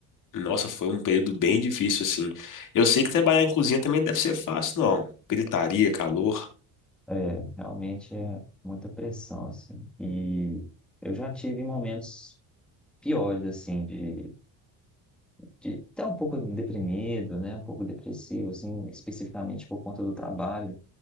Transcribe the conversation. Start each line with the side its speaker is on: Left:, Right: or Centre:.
Left: Nossa, foi um período bem difícil, assim. Eu sei que trabalhar em cozinha também não deve ser fácil, não. Gritaria, calor.
Centre: É, realmente é muita pressão, assim. E eu já tive momentos piores, assim, de, de estar um pouco deprimido, né? Um pouco depressivo, assim, especificamente por conta do trabalho,